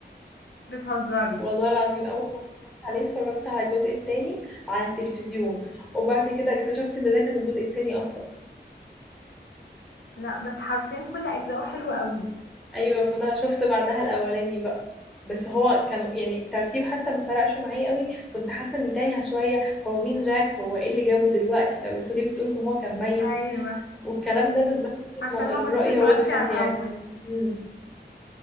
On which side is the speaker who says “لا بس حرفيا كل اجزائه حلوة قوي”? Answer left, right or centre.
Left